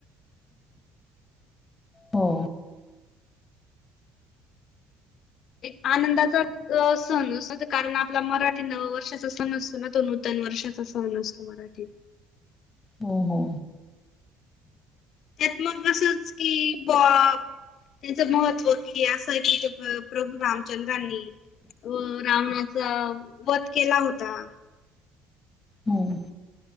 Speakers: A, on the left; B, on the left.
A: हो!
B: एक आनंदाचा सण असत कारण आपला मरा नव वर्षाचा सण असतो ना तो नूतन वर्षाचा सण असतो मराठी.
A: हो हो
B: त्यात मग असंच की बा त्यांचं महत्त्व कि असं की प्रभू राम चंद्रांनी रावणाचा वध केला होता.
A: हम.